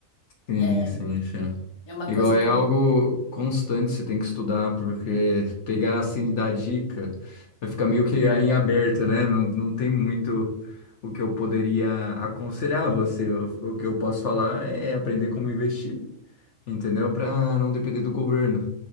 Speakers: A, on the left; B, on the left.
A: Sim,
B: É
A: sim, sim.
B: é uma
A: Igual
B: coisa
A: é
B: que
A: algo constante, você tem que estudar, porque pegar assim e dar dica vai ficar meio que em aberta, né? Não, não tem muito o que eu poderia aconselhar você. O, o que eu posso falar é aprender como investir, entendeu? Para não depender do governo,